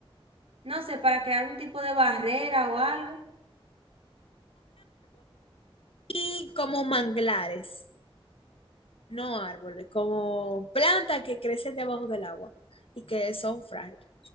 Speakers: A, on the right (about 75°); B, on the left (about 70°).
A: no sé, para crear un tipo de barrera o algo.
B: Y como manglares, no árboles, como plantas que crecen debajo del agua y que son frágiles.